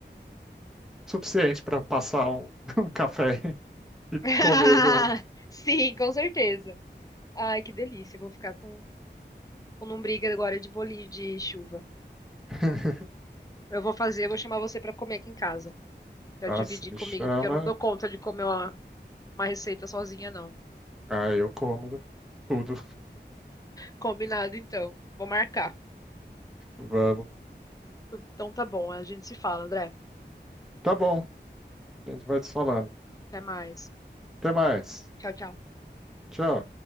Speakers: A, in the centre; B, on the left (about 20°).
A: Suficiente para passar um, <laughs> um café e
B: <laughs>
A: comer junto.
B: Sim, com certeza. Ai, que delícia. Eu Vou ficar com, com lombriga agora de bolinho de chuva.
A: <laughs>
B: Eu vou fazer, eu vou chamar você pra comer aqui em casa. Pra
A: Nossa,
B: dividir
A: me
B: comigo,
A: chama.
B: porque eu não dou conta de comer uma, uma receita sozinha, não.
A: Aí eu como tudo.
B: Combinado, então. Vou marcar.
A: Vamos.
B: Então tá bom, a gente se fala, André.
A: Tá bom. A gente vai se falando.
B: Até mais.
A: Até mais.
B: Tchau, tchau.
A: Tchau.